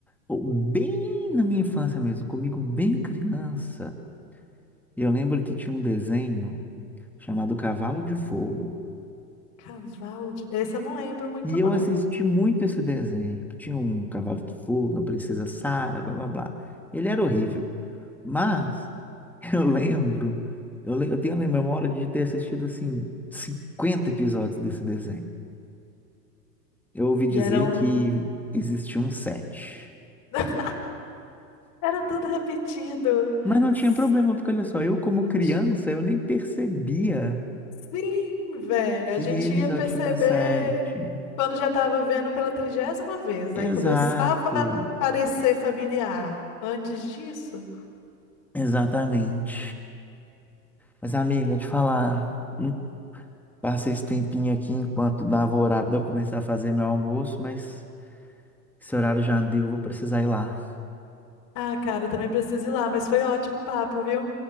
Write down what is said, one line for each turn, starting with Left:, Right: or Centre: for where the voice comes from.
Centre: oh, bem na minha infância mesmo, comigo bem criança. E eu lembro que tinha um desenho chamado Cavalo de Fogo.
Left: Cavalo de. Esse eu não lembro muito,
Centre: E
Left: não.
Centre: eu assisti muito esse desenho, que tinha um cavalo de fogo, a princesa Sara, blá blá blá. Ele era horrível, mas <laughs> eu lembro, eu, le- eu tenho a memória de ter assistido assim 50 episódios desse desenho. Eu ouvi
Left: E
Centre: dizer
Left: eram.
Centre: que existia um sete.
Left: <laughs> Era tudo repetido.
Centre: Mas não
Left: S-
Centre: tinha problema, porque olha só, eu como
Left: putz,
Centre: criança, eu nem percebia
Left: Sim, velho.
Centre: que
Left: A gente
Centre: ele
Left: ia
Centre: só
Left: perceber
Centre: tinha sete.
Left: quando já estava vendo pela trigésima vez.
Centre: Exato,
Left: Aí começava a parecer familiar. Antes disso.
Centre: exatamente. Mas amiga, te falar, eu passei esse tempinho aqui enquanto dava o horário de eu começar a fazer meu almoço, mas esse horário já deu, vou precisar ir lá.
Left: Ah, cara, eu também preciso ir lá, mas foi ótimo o papo, viu?